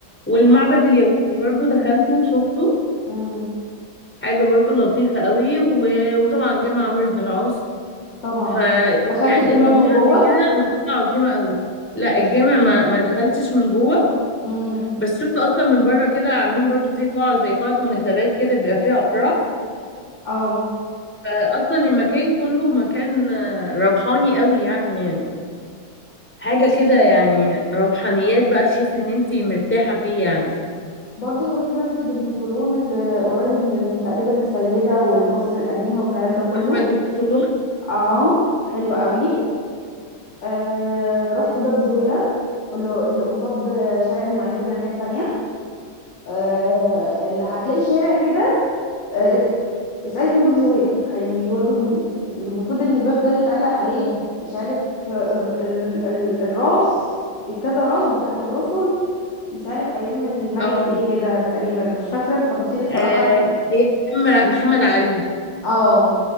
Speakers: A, in the centre; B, on the left.
A: والمعبد
B: سبحان الله
A: اليهودي برضو دخلته وشفته
B: امم
A: حاجه برضو لطيفه قوي و- وطبعا جامع عمرو بن العاص
B: طبعا
A: ف
B: دخلت
A: يعني
B: الجامع
A: المنطقه
B: من جوه
A: دي كده منطقه عظيمه قوي لا الجامع ما ما دخلتش من جوه
B: امم
A: بس شفت اصلا من بره كده عاملين برضو في قاعة زي قاعة مناسبات كده بيبقى فيها افراح
B: اه
A: فاصلا المكان كله مكان آه، روحاني قوي يعني حاجة كده يعني روحانيات بقى تحس ان انتي مرتاحة فيه يعني
B: برضو روحي مسجد ابن طولون اللي قريب من تقريبا السيدة والمصر القديمة والكلام ده كله
A: احمد البطولون
B: اه حلو قوي آه رحت باب زويلة اللي اللي قصاد شارع المعز الناحية التانية آه اللي هتلاقي شارع كده آه اسألي فين باب زويلة هيوريهولك المفروض ان الباب ده اللي اتعلق عليه
A: اه
B: مش عارف آه، ال ال ال الراس الكذا راس بتاعت الرسل مش عارف ايام الملك
A: اه
B: ايه كده تقريبا مش فاكرة التفاصيل الصراحة
A: آه، ايام محمد علي
B: اه